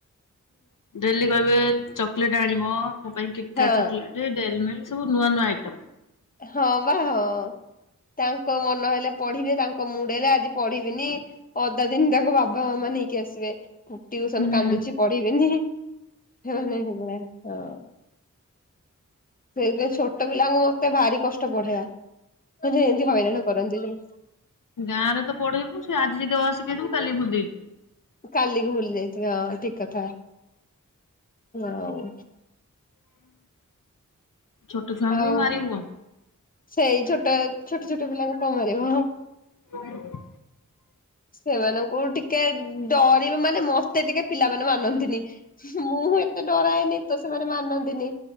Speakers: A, on the left; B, on the left.
A: ଡେଲି କହିବେ ଚକୋଲେଟ ଆଣିବ ମୋ ପାଇଁ କିଟ୍
B: ହଁ
A: କାଟ୍ ଚକଲେଟ। ଯେ ଡେରିମିଲ୍କ ସବୁ ନୂଆ ନୂଆ ଆଇଟମ୍।
B: ହଁ ବା ହଁ ତାଙ୍କ ମନ ହେଲେ ପଢିବେ ତାଙ୍କ ମୁଡ ହେଲେ ଆଜି ପଢି ଅଧା ଦିନ ତାକୁ ବାବା ମାମା ନେଇକି ଆସିବେ ଟୁସନ
A: ହୁଁ।
B: କାନ୍ଦୁଛି ପଢ଼ିବେନି ସେମାନେ ସେଇଭଳିଆ ହଁ। ସେଇଥିପାଇଁ ଛୋଟ ପିଲାଙ୍କୁ ମତେ ଭାରି କଷ୍ଟ ପଢେଇବା ହଁ ଯେ ଏମତି ହଇରାଣ କରନ୍ତି ଯୋଉ।
A: ଗାଁରେ ତ ପଢେଇବୁ ସେ ଆଜି ଯଦି ଅ ଆ ସିକେଇଥିବୁ ସେ କାଲି କି ଭୂଳିଦେଇଥିବ।
B: କାଲିକୁ ଭୁଲି ଯାଇଥିବେ ହଁ ଠିକ କଥା ହଁ।
A: ଛୋଟ ଛୁଆଙ୍କୁ
B: ଆଉ
A: ବି ମାରିବୁ କଣ?
B: ସେଇ ଛୋଟ ଛୋଟ ଛୋଟ ପିଲାଙ୍କୁ କଣ ମାରିବ?
A: <inaudible>
B: ସେମାନଙ୍କୁ ଟିକେ ଡରିବୁ ମାନେ ମତେ ଟିକେ ପିଲା ମାନେ ମାନନ୍ତି। ମୁଁ ଏତେ ଡରାଏନି ତ ସେମାନେ ମାନନ୍ତିନି